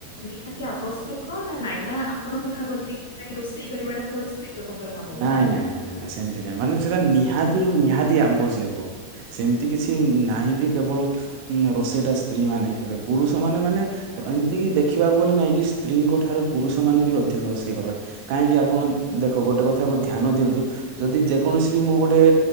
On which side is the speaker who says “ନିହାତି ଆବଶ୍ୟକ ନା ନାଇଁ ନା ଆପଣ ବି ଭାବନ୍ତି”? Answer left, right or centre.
Left